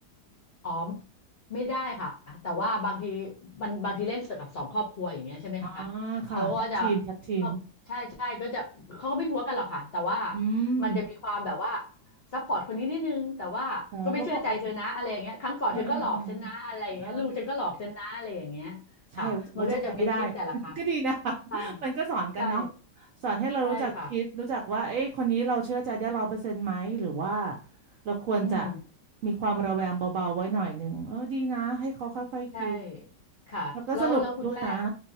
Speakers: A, on the left; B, on the right.
A: อ๋อไม่ได้ค่ะแต่ว่าบางทีมันบางทีเล่นกับสองครอบครัวอย่างเงี้ยใช่ไหมคะเขาก็จะ
B: อ๋อค่ะแท็กทีมแท็กทีม
A: เขาใช่ใช่ก็จะเขาก็ไม่หัวกันหรอกค่ะแต่ว่า
B: อืม
A: มันจะมีความแบบว่าซัพพอร์ตคนนี้นิดนึงแต่ว่าก็ไม่เชื่อใจเธอนะอะไรอย่างเงี้ยครั้งก่อนเธอก็หลอกฉันนะอะไรอย่างเงี้ยลูกฉันก็หลอกฉันนะอะไรอย่างเงี้ยค่ะมันก็จะมีทริคแต่ละครั้ง
B: อ๋อก็ปกติเออเออเออเออ ใช่ไว่าจะใครไม่ได้ <laughs> ก็ดีนะคะ <laughs>
A: ใช่
B: มันก็สอนกันเนาะ
A: ใช่
B: สอนให้เรารู้จักคิดรู้จักว่าเอ๊ะคนนี้เราเชื่อใจได้ร้อยเปอร์เซ็นต์ไหมหรือว่า
A: ใช่ค่ะ
B: เราควรจะ
A: อืม
B: มีความระแวงเบาๆไว้หน่อยหนึ่งเออดีนะให้เขาค่อยๆคิด
A: ใช่ค่ะแล้วแล้วคุณแป้ง
B: แล้วก็สนุกด้วยนะ